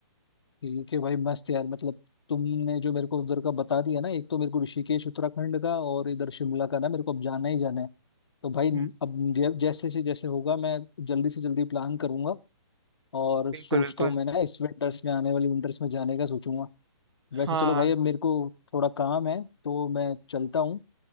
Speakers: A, on the left; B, on the right.
A: ठीक है भाई मस्त यार मतलब तुमने जो मेरे को उधर का बता दिया ना एक तो मेरे को ऋषिकेश उत्तराखंड का और इधर शिमला का ना मेरे को अब जाना ही जाना है तो भाई
B: हम्म
A: अब जै- जैसे से जैसे होगा मैं जल्दी से जल्दी प्लान करूंगा और
B: बिल्कुल
A: सोचता
B: बिल्कुल
A: हूँ मैं ना इस विंटर्स में आने वाली विंटर्स में जाने का सोचूंगा वैसे
B: हाँ
A: चलो भाई अब मेरे को थोड़ा काम है तो मैं चलता हूँ